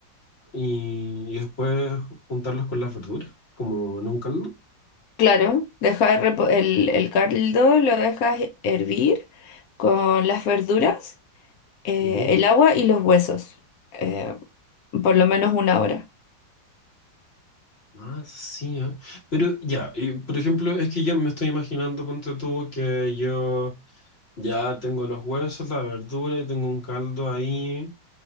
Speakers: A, on the left; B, on the left.
A: y, y después juntarlos con las verduras, como en un caldo.
B: Claro, deja de repo- el, el caldo lo dejas hervir con las verduras, eh,
A: Ujú.
B: el agua y los huesos, eh, por lo menos una hora.
A: Ah, sí, ah. Pero ya, y, por ejemplo, es que yo me estoy imaginando, ponte tú, que yo ya tengo los huesos, la verdura y tengo un caldo ahí